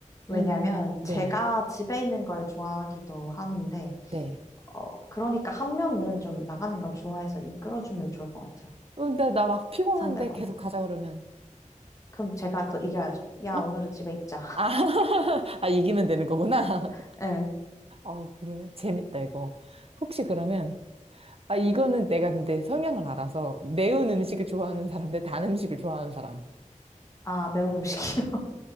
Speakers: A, on the left (about 25°); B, on the right (about 45°).
A: 왜냐면,
B: 음, 네,
A: 제가 집에 있는 걸 좋아하기도 하는데,
B: 네.
A: 어, 그러니까 한 명은 좀 나가는 걸 좋아해서 이끌어주면 좋을 것 같아요.
B: 어, 근데 나 막 피곤한데
A: 상대방은.
B: 계속 가자 그러면.
A: 그럼 제가 더 이겨야죠. 야,
B: 어?
A: 오늘은 집에 있자.
B: 아, <laughs> 아, 이기면 되는 거구나.
A: <laughs> 예.
B: <laughs> 어, 그러네. 재밌다, 이거. 혹시 그러면, 아, 이거는 내가 근데 성향을 알아서 매운 음식을 좋아하는 사람 대 단 음식을 좋아하는 사람.
A: 아, 매운 음식이요.